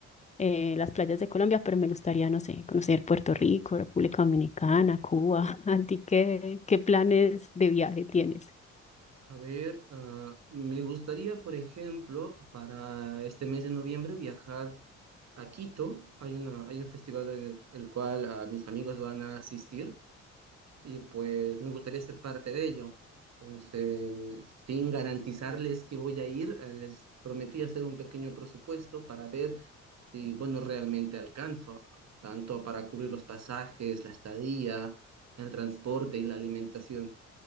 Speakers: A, on the left; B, on the right.
A: eh, las playas de Colombia, pero me gustaría, no sé, conocer Puerto Rico, República Dominicana, Cuba. <laughs> ¿A ti qué, qué planes de viaje tienes?
B: A ver, ah, me gustaría, por ejemplo, para este mes de noviembre viajar a Quito. Hay una, hay un festival en el, el cual ah, mis amigos van a asistir y pues me gustaría ser parte de ello. Entonces, sin garantizarles que voy a ir, eh, les prometí hacer un pequeño presupuesto para ver si, bueno, realmente alcanzo, tanto para cubrir los pasajes, la estadía, el transporte y la alimentación.